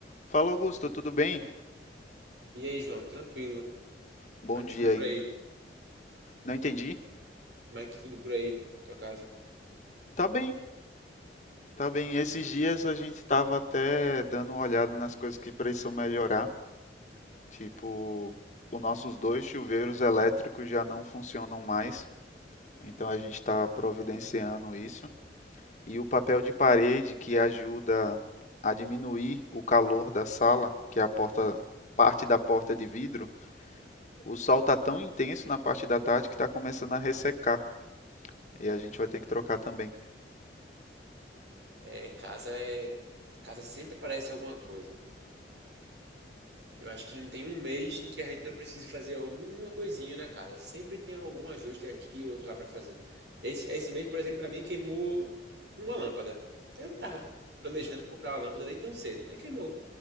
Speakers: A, on the left; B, on the right.
A: Fala, Augusto, tudo bem?
B: E aí, João, tranquilo?
A: Bom
B: Como é
A: dia
B: que tudo
A: ainda.
B: por aí?
A: Não entendi?
B: Como é que tudo por aí? Tua casa?
A: Tá bem, tá bem. Esses dias a gente estava até dando uma olhada nas coisas que precisam melhorar. Tipo, os nossos dois chuveiros elétricos já não funcionam mais, então a gente está providenciando isso. E o papel de parede que ajuda a diminuir o calor da sala, que é a porta, parte da porta de vidro, o sol está tão intenso na parte da tarde que está começando a ressecar. E a gente vai ter que trocar também.
B: É, casa é. Casa sempre aparece alguma coisa. Eu acho que não tem um mês em que a gente não precise fazer alguma coisinha na casa. Sempre tem algum ajuste aqui ou outro lá pra fazer. Esse, esse mês, por exemplo, pra mim queimou uma lâmpada. Eu não tava planejando comprar uma lâmpada nem tão cedo, mas queimou.